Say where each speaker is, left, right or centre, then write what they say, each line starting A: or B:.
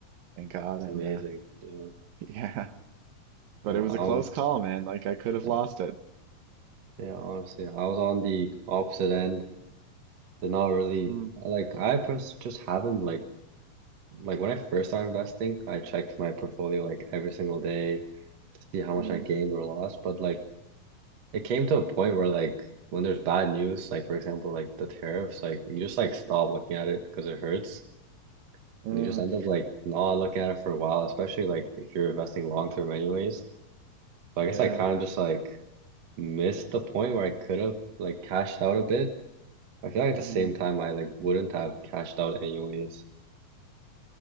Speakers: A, on the right; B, on the right.
A: thank God.
B: That's
A: And
B: amazing.
A: uh
B: Yeah.
A: <laughs> yeah. But
B: No,
A: it was
B: I'm
A: a close call, man. Like I could have
B: yeah,
A: lost it.
B: yeah, honestly, I was on the opposite end. They're not really
A: Mm,
B: like I pers just haven't like like when I first started investing, I checked my portfolio like every single day to see how much
A: mm,
B: I gained or lost. But like it came to a point where like when there's bad news, like for example, like the tariffs, like you just like stop looking at it because it hurts.
A: mm.
B: And you just end up like not looking at it for a while, especially like if you're investing long term anyways. So
A: <laughs> Yeah.
B: I guess I kind of just like missed the point where I could have like cashed out a bit. I feel like at
A: hmm
B: the same time I like wouldn't have cashed out anyways,